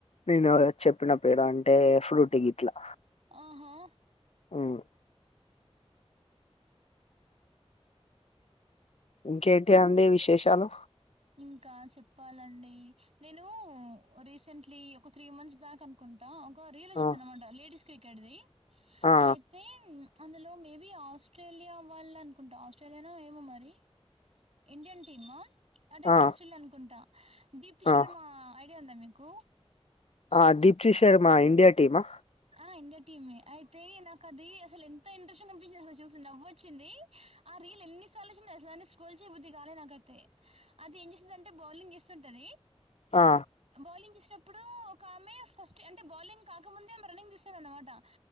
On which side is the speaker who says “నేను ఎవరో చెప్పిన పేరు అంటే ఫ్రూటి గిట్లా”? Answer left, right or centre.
Left